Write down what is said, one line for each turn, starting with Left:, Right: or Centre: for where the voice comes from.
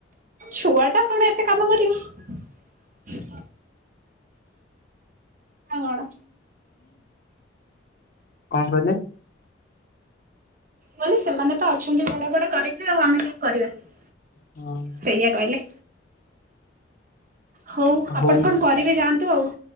Right: ଛୁଆଟା କଣ ଏତେ କାମ କରିବି। କଣ।
Left: କଣ କହିଲେ?
Right: ବୋଲି ସେମାନେ ତ ଅଛନ୍ତି ବଡ ବଡ କରିବେ, ଆଉ ଆମେ କେହି କରିବାନି।
Left: ହଁ
Right: ସେଇଆ କହିଲେ। ହଉ
Left: ହୋମ୍
Right: ଆପଣ କଣ କରିବେ ଯାଆନ୍ତୁ, ଆଉ